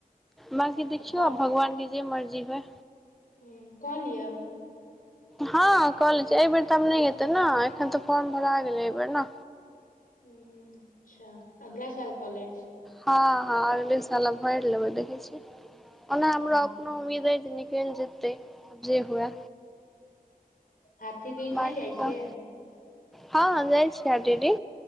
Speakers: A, in the centre; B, on the left.
A: बांकी देखियौ
B: तऽ
A: आब भगवान के जे मर्जी होइ
B: ह क लिअ
A: हँ कॉलेज एहिबेर तऽ आब नहि हेतै ने एखन तऽ फॉर्म भरा गेलै एहिबेर ने
B: हू अच्छा अगला साल कऽ लेब
A: हँ हँ अगले सालमे भरि लेबै देखै छी ओना हमरा
B: हूं
A: अपनो उमीद ज केञजतै जे हुए
B: हाटी दिस
A: बाँकी
B: नई जाइ
A: तऽ
B: छियै
A: हँ जाइ छी आ दीदी